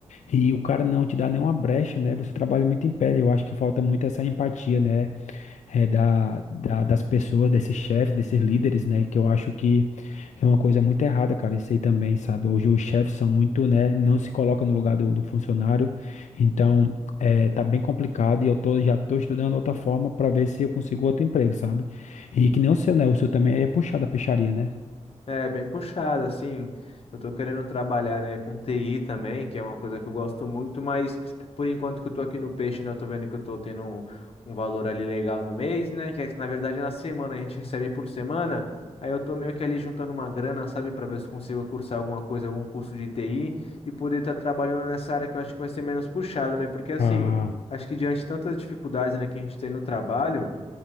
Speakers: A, on the left; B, on the left.
A: E o cara não te dá nenhuma brecha, né? Você trabalha muito em pé. Eu acho que falta muito essa empatia, né? É, da, da- das pessoas, desses chefes, desses líderes, né? Que eu acho que é uma coisa muito errada, cara. Isso aí também, sabe? Hoje os chefes são muito, né? Não se colocam no lugar do, do funcionário. Então, é, tá bem complicado e eu tô, já tô estudando outra forma para ver se eu consigo outro emprego, sabe? E que nem o seu, né? O seu também é puxado a peixaria, né?
B: É, bem puxado, assim. Eu tô querendo trabalhar, né, com TI também, que é uma coisa que eu gosto muito, mas por enquanto que eu tô aqui no peixe, né, eu tô vendo que eu tô tendo um, um valor ali legal no mês, né, que é, que, na verdade é na semana, a gente recebe por semana. Aí eu tô meio que ali juntando uma grana, sabe, pra ver se consigo cursar alguma coisa, algum curso de TI e poder estar trabalhando nessa área que eu acho que vai ser menos puxado, né? Porque assim,
A: Ah,
B: acho que diante de tantas dificuldades, né, que a gente tem no trabalho,